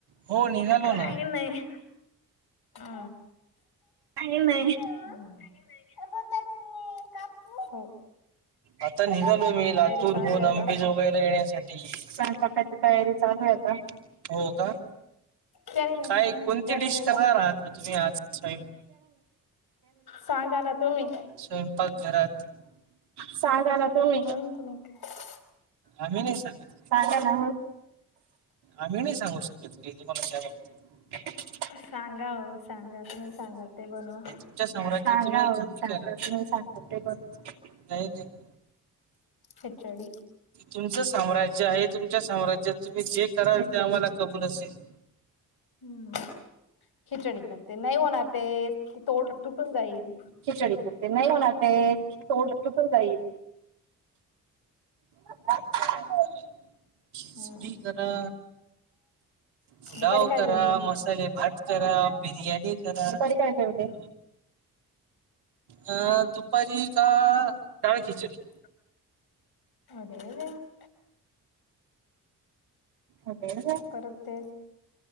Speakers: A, on the right; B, on the left.
A: हो निघालो
B: काही
A: ना
B: नाही ह.
A: का मय
B: ग तुम्ही काप
A: आता निघालो मी लातूर
B: चालू
A: होऊन
B: आहे आता.
A: अंबेज वगैरला येण्यासाठी स्यपाकाची तयारी चालू आहेता हो का?
B: त्याने नाही
A: काय कोणती
B: त्याने
A: डिश
B: नाही
A: करणार
B: काप
A: आहात मग तुम्ही आज स्वय
B: सांगा ना तुम्ही.
A: स्वयंपाक घरात सांगा ना तुम्ही
B: तनकय <unintelligible>
A: आम्ही नाही सांग सांगाय ना आम्ही नाही सांगू शकत की तुम्हाला काय बाबतीत.
B: सांगा हो सांगा तुम्ही सांगाल ते बनू
A: ोांग नाही सांग ते.
B: खिचडी
A: तुमचं साम्राज्य आहे तुमच्या साम्राज्यात तुम्ही जे कराल ते आम्हाला कबूल असेल.
B: हम्म खिचडी करते नाही होणार ते तोड तुटून जाईल.
A: खिचडी कर ते नाही होणार ते तोंड तुटून जाईल. <inaudible> खिचडी
B: हम्म
A: करा पुलाव
B: दुपारी काय
A: करा
B: जेवले
A: मसाले भात रा बिर्याणी करा काय ठ अ परी का टडाळ खिचडी
B: अे का. <unintelligible>
A: अरे वा,
B: परत ते